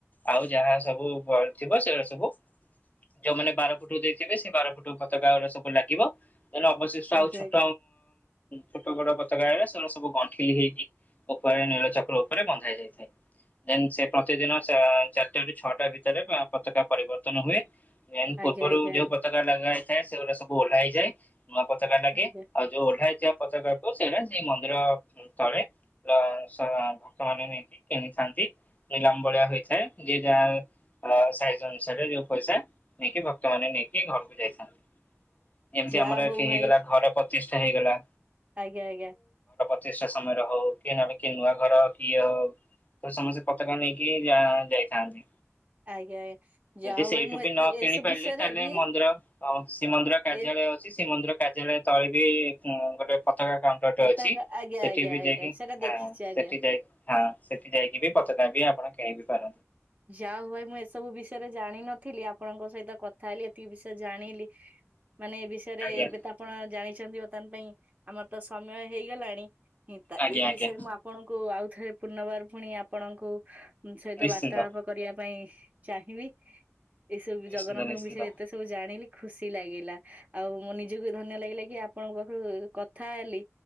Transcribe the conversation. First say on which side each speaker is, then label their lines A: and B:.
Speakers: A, on the left; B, on the right.
A: ଆଉ ଯାହା ସବୁ ବଳିଥିବ ସେଇଉଡା ସବୁ ଯୋଉମାନେ ବାର ଫୁଟ ଦେଇଥିବେ ସେ ବା ପୁଟୁ ପତକାଉଡା ସବୁ ଲାଗିବ। ନହଲେ ଅବଶିଷ୍ଟ
B: ଆଜ୍ଞା
A: ଆଉ ଛୋଟ ଛୋଟ ବଡ ଆଁ ସେ ସବୁ ଗଣ୍ଠିଲି ହେଇକି ଉପରେ ନୀଳଚକ୍ର ଉପରେ ବନ୍ଧା ଯାଇଥାଏ। ଦେନ୍ ସେ ପ୍ରତିଦିନ ଚାରିଟ ରୁ ଛଅଟା ଭିତରେ ପତାକା ପରିବର୍ତ୍ତନ ହୁଏ। ମ ପୂର୍ବରୁ
B: ଆଜ୍ଞା ଆଜ୍ଞା ଆଚ୍ଛା ଆଜ୍ଞା ଆଜ୍ଞା
A: ଯୋଉ ପତାକା ଲଗା ହେଇଥାଏ ସେଗୁଡା ସବୁ ଓହ୍ଲା ହେଇଯାଏ। ନୂଆ ପତକା ଲାଗେ
B: ଆଜ୍ଞା ଆଜ୍ଞା
A: ଆଉ ଯୋଉ ଓଲା ହେଇିବା ପତ କାକୁୁ ସେଇଟା ସେଇ ମନ୍ଦିର ତଥରେ ଭକ୍ତ ମାନ ନେଇକି କିଣିଥାନ୍ତି ନିଲାମ ଭଳିଆ ହୋଇଥାଏ ଯ ଯାହା ସାାଇଜ ଅନୁସାରେ ଯୋଉ ପଇସା ନେଇକି ଭକ୍ତ ମାନ ନେଇକି ଘରକୁ ଯାଇଥାନ୍ତି। ଏମିତି
B: ଯାହା
A: ଆମର
B: ହଉ
A: କି
B: ଭାଇ
A: ହେଇଗଲା ଘର ପ୍ରତିଷ୍ଠା ହେଇଗଲା।
B: ଆଜ୍ଞା ଆଜ୍ଞା।
A: ଯଥେଷ୍ଟ ସମୟରେ ହଉ କିଏ ନହେଲେ କିଏ ନୂଆ ଘର କିଏ ହଉ ତ ସମସ୍ତେ ପତାକା ନେଇକି ଯ ଯାଇଥାନ୍ତି।
B: ଆଜ୍ଞା ଆଜ୍ଞା ଯାହା
A: ଯଦି
B: ହଉ
A: ସେଇଠୁ
B: ଭାଇ ମୁଁ
A: ବି
B: ଏତେ
A: ନ କିଣି
B: ଏସବୁ
A: ପାରିଲେ
B: ବିଷୟରେ
A: ତାହେଲେ
B: ବି
A: ମନ୍ଦିର ଶ୍ରୀମନ୍ଦିର କାର୍ଯ୍ୟା
B: ଏ
A: ଅ ଶ୍ରୀମନ୍ଦିର କାର୍ଯ୍ୟାଳୟ ତଳେ ବି ଗୋଟେ ପତାକା କାଉଣ୍ଟର
B: ପତାକା
A: ଅଛି
B: ଆଜ୍ଞା
A: ସେଠି
B: ଆଜ୍ଞା
A: ବି
B: ଆଜ୍ଞା
A: ଯାଇକି
B: ସେଟା ଦେଖିଛି ଆଜ୍ଞା।
A: ସେଠି ଯାଇି ହଁ ସେଠି ଯାଇକି ବି ପତକାବି ଆପଣ କିଣି କ
B: ଯା ହ ଭାଇ ମୁଁ ଏସବୁ ବିଷୟରେ ଜାଣିନଥିଲି ଆପଣଙ୍କ ସହିତ କଥା ହେଲି ବିଷୟ ଜାଣିଲି ମାନେ ଏ ବିଷୟରେ
A: ଆଜ୍ଞା
B: ଏବେ ତ ଆପଣ ଜାଣି ବର୍ତ୍ତମାନ ପାଇଁ ଆମର ତ ସମୟ ହେଇଗଲାଣି ତ
A: ଆଜ୍ଞା
B: ଏଇ
A: ଆଜ୍ଞା
B: ବିଷୟରେ ମୁଁ ଆପଣଙ୍କୁ ଆଉ ଥରେ ପୁନର୍ବାର ପୁଣି ଆପଣଙ୍କୁ ସହିତ
A: ନିଶ୍ଚିନ୍ତ
B: ବାର୍ତ୍ତାଳାପ କରିବା ପାଇଁ ଚାହିଁବି ଏଇସବୁ
A: ନିଶ୍ଚିନ୍ତ
B: ଜଗନ୍ନାଥଙ୍କ
A: ନିଶ୍ଚିନ୍ତ।
B: ବିଷୟରେ ଏତେ ସବୁ ଜାଣିଲି। ଖୁସି ଲାଗିଲା ଆଉ ମୁଁ ନିଜକୁ ଧନ୍ୟ ଲାଗିଲା କି ଆପଣଙ୍କ କଥା ହେଲି